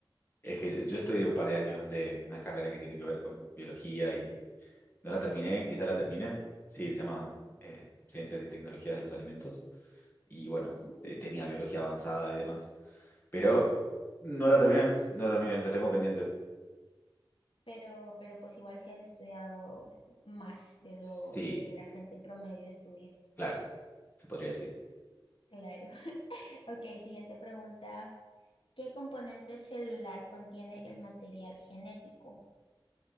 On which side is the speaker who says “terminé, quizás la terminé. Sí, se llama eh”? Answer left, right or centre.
Left